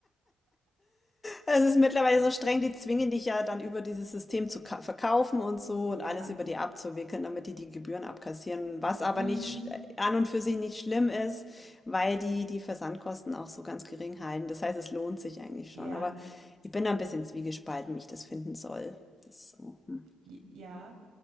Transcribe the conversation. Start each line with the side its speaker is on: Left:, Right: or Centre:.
Left: es ist mittlerweile so streng. Die zwingen dich ja dann über dieses System zu ka- verkaufen und so
Right: Ja.
Left: und alles über die abzuwickeln, damit die die Gebühren abkassieren. Was aber
Right: Mhm.
Left: nicht sch- an und für sich nicht schlimm ist, weil die die Versandkosten auch so ganz gering halten. Das heißt, es lohnt sich eigentlich schon.
Right: Ja.
Left: Aber ich bin da ein bisschen zwiegespalten, wie ich das finden soll. Das ist so, hm.
Right: J ja.